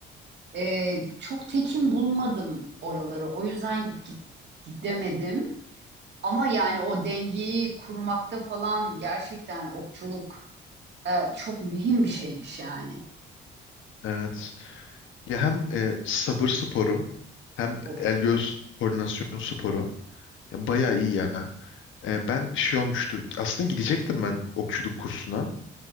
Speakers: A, on the right; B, on the left.
A: Ee, çok tekin bulmadım oraları. O yüzden git- gidemedim. Ama yani o dengeyi kurmakta falan gerçekten okçuluk e, çok mühim bir şeymiş yani.
B: Evet. Ya hem e, sabır sporu hem
A: Of.
B: el göz koordinasyon sporu. Ya bayağı iyi ya. E, ben şey olmuştu. Aslında gidecektim ben okçuluk kursuna.